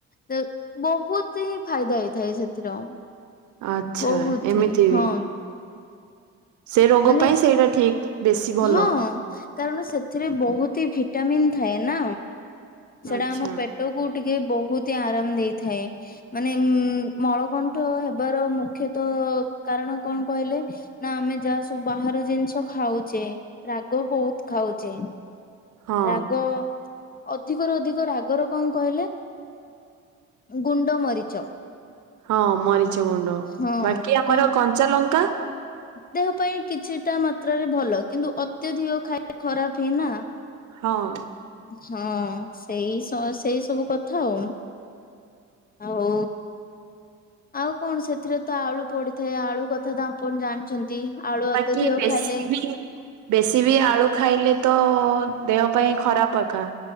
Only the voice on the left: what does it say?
ତ ବହୁତ ହିଁ ଫାଇଦା ହେଇଥାଏ ସେଥିର
ବହୁତ
ହି ହଁ।
ମାନେ
ହଁ କାରଣ ସେଥିରେ ବହୁତ ହି ଭିଟାମିିନ ଥାଏ ନା। ସେଟା
ଆମ ପେଟକୁ ଟିକେ ବହୁତ ଆରାମ ଦେଇଥାଏ। ମାନେ ଉ ମଳକଣ୍ଠ ହେବାର ମୁଖ୍ୟତଃ କ କାରଣ କଣ କହିଲେ ନା ଆମେ ଯାହା ସବୁ ବାହାର ଜିନିଷ ଖାଉଛେ ରାଗ ଫାଗ ବହୁତ ଖାଉଛେ।
ରାଗ ଅଧିକରୁ ଅଧିକ ରାଗର କଣ କହିଲେ। ଗୁଣ୍ଡ ମରିଚ।
ହଁ
କଣ
ଦେହ ପାଇଁ କିଛିଟା ମାତ୍ରାରେ ଭଲ। କିନ୍ତୁ ଅତ୍ୟଧିକ ଖାଇଲେ ଖରାପ ହି ନା।
ହଁ ସେଇ ସ ସେଇ ସବୁ କଥା ଆଉ। ଆଉ ଆଉ କଣ ସେଥିରେ ତ ଆଳୁ ପଡିଥାଏ! ଆଳୁ କଥା ତ ଆପଣ ଜାଣିଛନ୍ତି ଆଳୁ ଅତ୍ୟଧିକ
ଖାଇଲେ